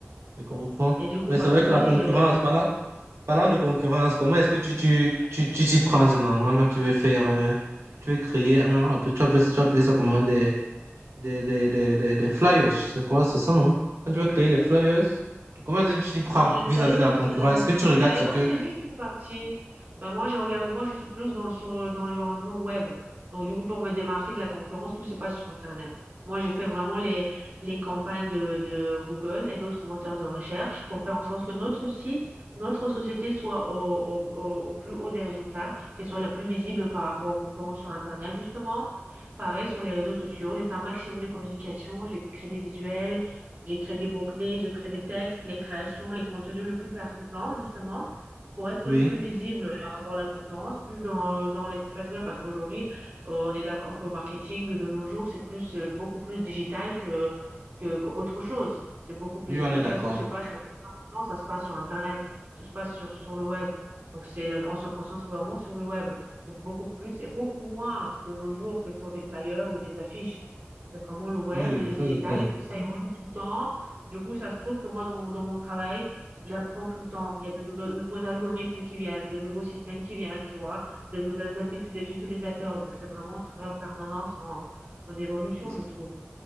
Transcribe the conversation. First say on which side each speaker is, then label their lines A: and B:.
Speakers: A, on the right; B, on the right.
A: Je comprends.
B: Et du coup,
A: Mais
B: parce
A: c'est vrai
B: que moi,
A: que la
B: j'ai
A: concurrence,
B: j'ai-
A: parlant, parlant de concurrence, comment est-ce que tu tu, tu, tu t'y prends généralement quand tu veux faire, euh, tu veux créer un, on appelle, tu appelles ça, tu appelles ça comment des, des, des, des, des flyers, c'est quoi, c'est ça, non? Quand tu veux créer des flyers, comment est-ce que tu t'y prends
B: Non, les
A: vis-à-vis
B: flyers,
A: de la concurrence?
B: euh,
A: Est-ce que tu regardes
B: flyers,
A: ce que...
B: c'est juste une partie. Bah, moi, je regarde, moi, je suis plus dans, sur, dans l'environnement web. Donc, du coup, pour me démarquer de la concurrence, tout se passe sur Internet. Moi, j'ai fait vraiment les, les campagnes de, de Google et d'autres moteurs de recherche pour faire en sorte que notre site, notre société soit au, au, au- au plus haut des résultats, qu'elle soit la plus visible par rapport aux concurrents sur Internet, justement. Pareil sur les réseaux sociaux. J'ai fait un maximum de communication, j'ai créé des visuels. J'écris des mots-clés, je crée des textes, les créations, les contenus le plus percutants, justement, pour être
A: Oui,
B: le plus visible par rapport à la concurrence, plus dans, dans l'espace web, parce qu'aujourd'hui, euh, on est d'accord que le marketing de nos jours, c'est plus, euh, beaucoup plus digital que, que, qu'autre chose. C'est beaucoup plus
A: oui, on
B: efficace.
A: est d'accord.
B: Tout se passe maintenant, ça se passe sur Internet, tout se passe sur, sur le web. Donc, c'est, on se concentre vraiment sur le web. Et beaucoup plus et beaucoup moins de nos jours que sur des flyers ou des affiches. C'est vraiment le web,
A: Oui, oui,
B: le
A: ça
B: digital,
A: c'est clair.
B: et comme ça évolue tout le temps, du coup, ça se trouve que moi, dans mon, dans mon travail, j'apprends tout le temps. Il y a de nouveaux, nouveaux algorithmes qui viennent, de nouveaux systèmes qui viennent, tu vois, de nouvelles habitudes des utilisateurs. Donc, c'est vraiment un travail en permanence, en, en évolution,
A: Est-ce
B: je trouve.